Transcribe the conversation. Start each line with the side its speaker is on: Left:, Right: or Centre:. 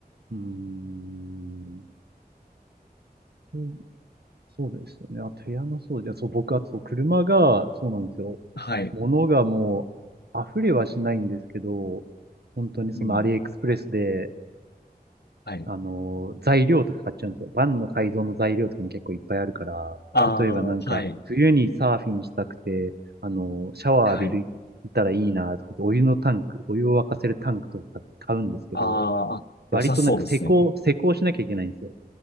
Right: ーん。そうそうですよね。あと部屋の掃除。あそう、僕、あとそう車が、そうなんですよ。
Left: はい。
Right: 物がもう、溢れはしないんですけど、本当にそのアリエクスプレスで、
Left: うん。はい。
Right: あの、材料とか買っちゃうんですよ。バンの改造の材料とかも結構いっぱいあるから、
Left: ああ、
Right: 例えばなんか、
Left: はい。
Right: 冬にサーフィンしたくて、あの、シャワー浴びる、
Left: はい。
Right: いたらいいなとか言って、お湯のタンク、お湯を沸かせるタンクとか買うんですけど、
Left: あーあ、
Right: 割となんか施工、
Left: 良さそうですね。
Right: 施工しなきゃいけないんですよ。